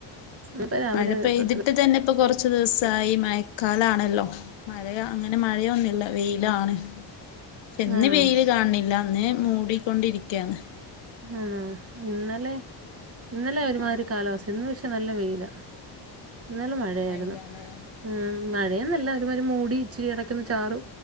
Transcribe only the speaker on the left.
മഴ പെയ്തിട്
തന്നെ ഇപ്പൊ കുറച്ച് കുറച്ചു ദിവസമായി മയക്കാലാണല്ലോ മഴ അങ്ങനെ മഴയൊന്നുമില്ല വെയിലാണ് പക്ഷെ ഇന്ന്
വെയില് കാണണില്ല അന്ന് മൂടിക്കൊണ്ടിരിക്കയാണ്
ആഹ്
വെയിലാല്ലേ